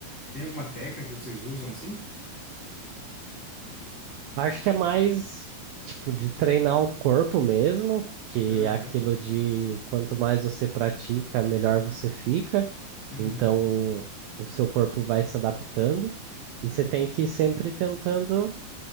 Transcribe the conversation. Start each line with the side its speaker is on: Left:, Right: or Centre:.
Left: Tem alguma técnica que vocês usam assim?
Right: Acho que é mais, tipo, de treinar o corpo mesmo, que
Left: Aham,
Right: é aquilo de quanto mais você pratica, melhor você fica.
Left: uhum,
Right: Então, o seu corpo vai se adaptando. E você tem que ir sempre tentando